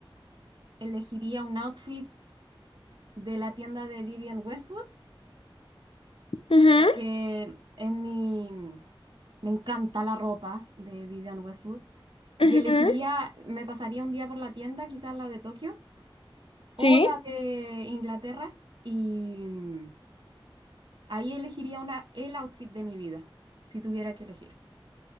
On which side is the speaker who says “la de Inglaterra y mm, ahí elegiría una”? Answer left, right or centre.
Right